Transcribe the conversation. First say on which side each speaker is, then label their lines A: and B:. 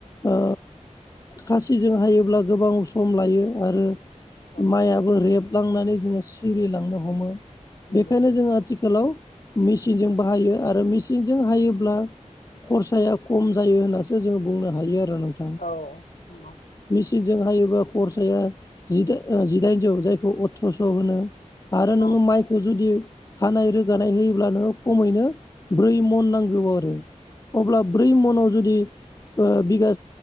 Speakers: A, on the left; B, on the left.
A: ओ खासिजों हायोब्ला गोबां सम लायो आरो
B: औ
A: माय आबाद रेबलांनानै जोङो सिरिलांनो हमो
B: नंगौ
A: बेखायनो जोंङो आथिखालाव मेचिनजों बाहायो आरो मेचिनजों हायोब्ला खरसाया खम जायो होननासो जोङो बुंनो हायो आरो नोंथां
B: औ नंगौ
A: दि जों हायोबा खरसाया जिदाइन जिदायनजौ जायखौ अथ्रस' होनो। आरो
B: औ
A: नोङो माइखौ खौ जुदि हानाय रोगानाय होयोब्ला नोङो खमैनो ब्रै मन नांगौब आरो अब्ला ब्रै मनाव जुदि ओ बिगा